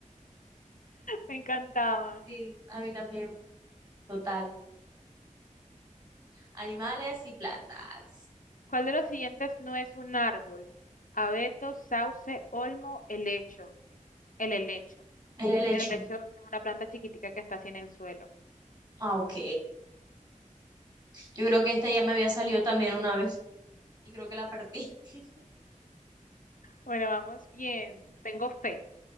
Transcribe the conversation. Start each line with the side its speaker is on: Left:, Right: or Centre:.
Left: me encantaban.
Right: sí. A mí también, total. Animales y plantas.
Left: ¿Cuál de los siguientes no es un árbol? Abeto, sauce, olmo, helecho. El helecho.
Right: el hecho.
Left: El helecho es una planta chiquitica que está así en el suelo.
Right: Ah, ok. Yo creo que esta ya me había salido también una vez y creo que la perdí. <laughs>
Left: Bueno, vamos bien. Tengo fe.